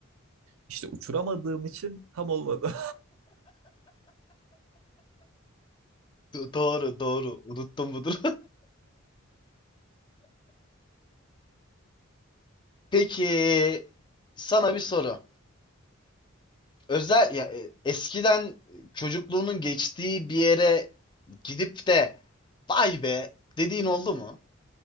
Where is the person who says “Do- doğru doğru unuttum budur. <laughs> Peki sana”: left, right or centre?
Left